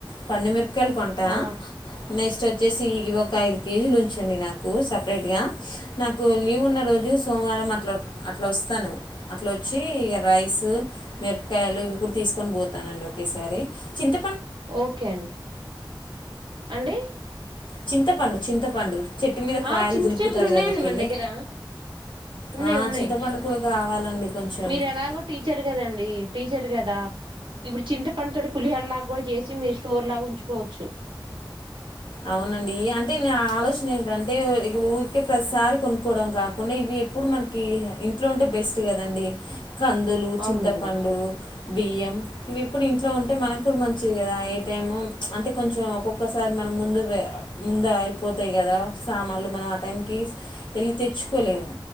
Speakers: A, on the left; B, on the right.
A: పండుమిరప కల్ కొంటా
B: ఆ
A: నెక్స్ట్ వో వచ్చేసి ఇవి ఒక ఐదు కేజీలు ఉంచండి నాకు సపరేట్గా నాకు నాకు లీవ్ ఉన్న రోజు సోమవారం అట్లా అట్లా వస్తాను అట్లా వచ్చి ఇక రైస్ సు మిరపకాయలు ఇవి కూడ తీస్కొని పోతనండి ఒకేసారి చింత
B: ఓకే అండి అండి
A: చింతపండు చింతపండు చెట్టు మీద కాయలు
B: ఆ చింత
A: దులుపుతరుగా
B: చెట్లు ఉన్నాయండి
A: మీకెళ్ళి
B: మన దగ్గర ఉన్నాయి
A: ఆ,
B: ఉన్నాయి
A: చింతపండు కూడా కావాలండి కొంచెం
B: మీరు ఎలాగో టీచర్ కదండి టీచర్ కదా ఇప్పుడు చింత పంతోటీ పులిహ లాగా కూడా చేసి మీరు స్టోర్ లాగా ఉంచుకోవచ్చు
A: అవునండి అంటే న ఆలోచన ఏటిదంటే ఇగ ఊకే ప్రతిసారి కొనుక్కవడం కాకుండా ఇవి ఎప్పుడు మనకి ఇంట్లో ఉంటే బెస్ట్ కదండి కందులు చింతపండు
B: అవునండి
A: బియ్యం ఇవి ఇప్పుడు ఇంట్లో ఉంటే మనకు కూడా మంచిది కదా ఏ టైము ప్చ్ అంటే కొంచెం ఒక్కొక్కసారి మనం ముందు వే ముందా అయిపోతాయి కదా సామాన్లు మనం ఆ టైంకి వెళ్ళి తెచ్చుకోలేము